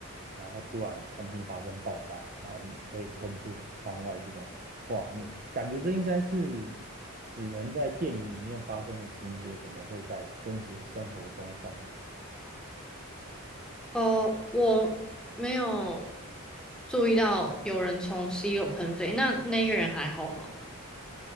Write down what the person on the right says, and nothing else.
然后突然餐厅发生爆炸，然后你被喷出窗外这种画面，感觉这应该是只能在电影里面发生的情节，怎么会在真实生活中上演？